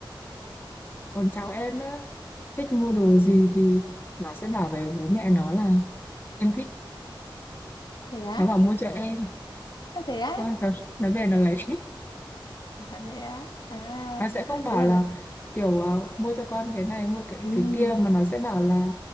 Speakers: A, on the left; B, on the left.
A: Còn cháu em á, thích mua đồ gì thì nó sẽ bảo về bố mẹ nó là em thích,
B: thế á
A: nó bảo mua cho em.
B: à, thế á
A: Xong rồi nó về nó lấy.
B: <laughs> à, thế á à
A: nó sẽ không bảo
B: thế là
A: là
B: nó...
A: kiểu ờ, mua cho con cái này mua cái
B: ừm,
A: cái kia mà nó sẽ bảo là